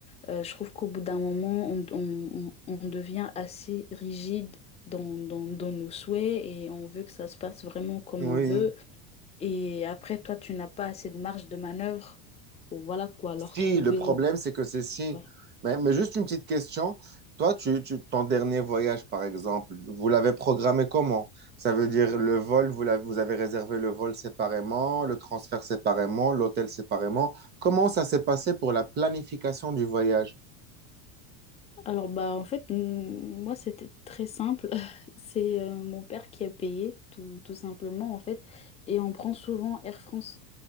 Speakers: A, on the left (about 15°); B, on the right (about 25°).
A: Euh, je trouve qu'au bout d'un moment, on, on- on- on devient assez rigide dans, dans- dans nos souhaits et on veut que ça se passe vraiment comme
B: Oui.
A: on veut. Et après, toi, tu n'as pas assez de marge de manœuvre. Voilà quoi, leur
B: Si,
A: trouver.
B: le problème, c'est que c'est si.
A: Ouais.
B: Mais, mais juste une petite question. Toi, tu, tu- ton dernier voyage, par exemple, vous l'avez programmé comment? Ça veut dire le vol, vous l'avez- vous avez réservé le vol séparément, le transfert séparément, l'hôtel séparément. Comment ça s'est passé pour la planification du voyage?
A: Alors, bah, en fait, m- moi, c'était très simple. <laughs> C'est euh, mon père qui a payé, tout, tout simplement, en fait. Et on prend souvent Air France.